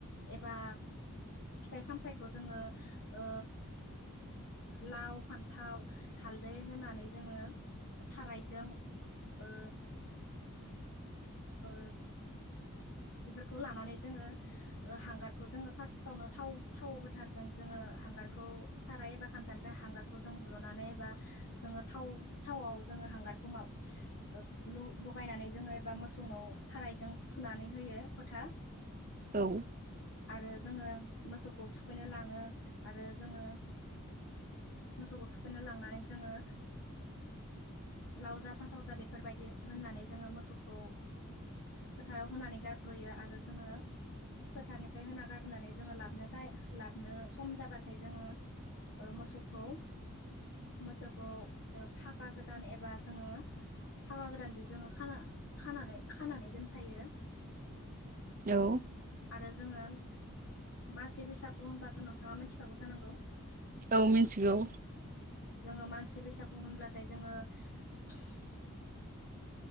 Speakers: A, on the left; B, on the right.
A: एबा फिथाइ सामथायखौ जोङो ओ लाव फान्थाव हालदै होनानै जोङो थाराय जों ओ ओ बेफोरखौ लानानै जोङो ओ हांगारखौ लानानै जोंङो फास्तावनो थाव थाव गोथारजों जोङो हांगारखौ साराय एबा खानथानिफ्राय हांगारखौ हलनानै एबा जोंङो थाव-थावाव जोंङो हांगारखौ <unintelligible> ल-लगायनानै जोङो एबा मोसौनाव थारायजों थुनानै होयो फोथा
B: औ
A: आरो जोङो मोसौखौ थुखैनो ला <unintelligible> आरो जोङो मोसौखौ थुखैनो लांनानै जोङो लाव जा फानथाव जा बेफोरबायदि होननानै जोङो मोसौखौ फोथाराव होनानै गारबोयो आरो जोङो फोथारनिफ्राय होना गारबोनानै जोङो लाबनो ताइम लाबनो सम जाबाथाय जोङो मोसौखौ मोसौखौ ओ फागा गोदान एबा जोङो फावा गोदानजों जोङो खाना खानानै खानानै दोनफायो
B: औ
A: आरो जोङो मानसि बैसागो होनबाथ' नोंथाङा मिनथिखागौ जानांगौ
B: औ मिनथिगौ
A: जोङो मानसि बैसागु होनब्लाथाय जोङो <unintelligible>